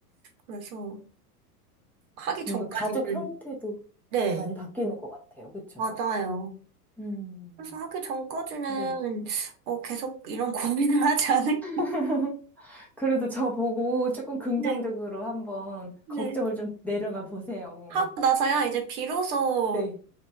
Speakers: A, on the right; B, in the centre.
A: 그래서 하기
B: 뭔가
A: 전까지는
B: 가족 형태도
A: 네,
B: 많이 바뀌는 것 같아요. 그쵸?
A: 맞아요.
B: 음,
A: 그래서 하기 전까지는
B: 네.
A: 어, 계속 이런 <laughs> 고민을 하지 않을?
B: <laughs> 그래도 저 보고 조금 긍정적으로
A: 네,
B: 한번
A: 네.
B: 걱정을 좀 내려놔 보세요.
A: 하고 나서야 이제 비로소
B: 네,